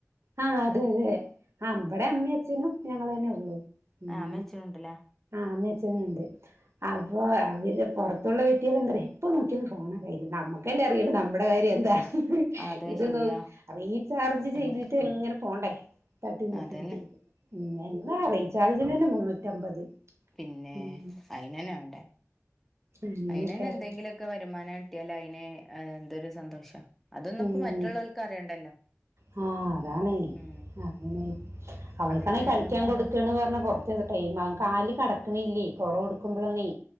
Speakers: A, on the right (about 60°); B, in the centre.
A: ആഹ് അതെ അതെ ബടെ അമ്മി അച്ഛനും ഞങ്ങളെന്നെ ഉള്ളൂ ഉം
B: ആഹ് അമ്മേ അച്ചനുണ്ടല്ലേ
A: ആഹ് അമ്മേ അച്ചനുണ്ട് അപ്പൊ അവര് പോർത്ത് ത്തുള്ള വീട്ട് കാര് എന്തര് യെപ്പ നോക്കിയാലും ഫോണാ കയ്യില് നമ്മക്കല്ലേ അറിയുള്ളൂ നമ്മള കാര്യം എന്താ
B: അതെ
A: ഇത്‌നോ
B: ശരിയാ
A: രി ചാർജ്
B: നമ്മക്ക്
A: ചെയ്തിട്ട് ഇങ്ങനെ പോണ്ടേ തട്ടി മുട്ടിട്ട്
B: അതന്നെ
A: എന്ത റീചാർജിനെന്നെ മുന്നൂറ്റമ്പത്
B: പിന്നെ
A: ഉം
B: ആയിനെന്നെ വേണ്ടേ
A: അങ്ങനെയൊക്കെ
B: അയിന്നേനെ
A: ആയി
B: എന്തെങ്കിലും ക്കെ വരുമാനം കിട്ടിയാല് അയിനെ എന്തൊരു സന്തോഷം ആ അതൊന്നും
A: ഉം
B: ഇപ്പോ മറ്റുള്ളവർക്ക് അറിയണ്ടല്ലോ
A: ആ അതാണേ
B: ഉം
A: അങ്ങനെ അവൾക്കാണെ
B: ഏതായാലും
A: കഴിക്കാൻ കൊടുത്ത ക്ക്ണ് പറഞ്ഞാ കുറച്ച് ഒരു ടൈം ആകും കാല് കടക്കണില്ലേ കുറവ് കൊടുക്കുമ്പോഴന്നീ